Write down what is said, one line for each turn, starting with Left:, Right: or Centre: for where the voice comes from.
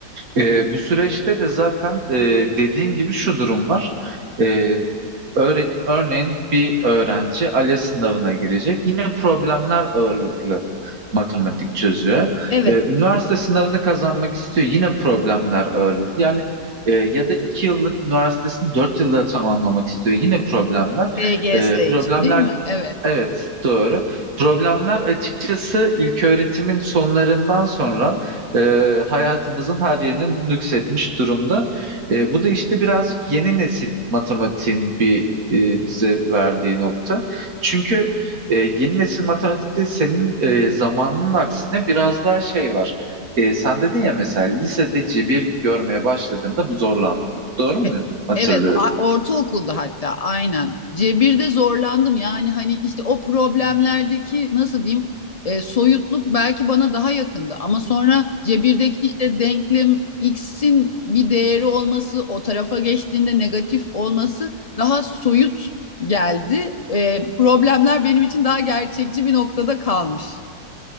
Right: E, bu süreçte de zaten e, dediğin gibi şu durum var. E, Öğre- örneğin bir öğrenci ALES sınavına girecek. Yine problemler ağırlıklı matematik çözüyor.
Left: Evet,
Right: Ee, üniversite sınavını kazanmak istiyor. Yine problemler ağırlıklı. Yani e, ya da iki yıllık üniversitesini dört yılda tamamlamak istiyor. Yine problemler.
Left: DGS
Right: Ee, problemler
Left: için değil mi? Evet.
Right: Evet, doğru. Problemler açıkçası ilköğretimin sonlarından sonra e, hayatımızın her yerine nüksetmiş durumda. E, bu da işte birazcık yeni nesil matematiğin bir e, bize verdiği nokta. Çünkü e, yeni nesil matematikte senin e, zamanının aksine biraz daha şey var. E, sen dedin ya mesela lisede cebir görmeye başladığımda bu zorlandı. Doğru mu
Left: E-
Right: hatırlıyorum?
Left: Evet, a- ortaokulda hatta aynen. Cebir'de zorlandım yani hani işte o problemlerdeki
Right: Evet.
Left: nasıl diyeyim e, soyutluk belki bana daha yakındı ama sonra Cebir'deki işte denklem x'in bir değeri olması o tarafa geçtiğinde negatif olması daha soyut geldi. E, problemler benim için daha gerçekçi bir noktada kalmış.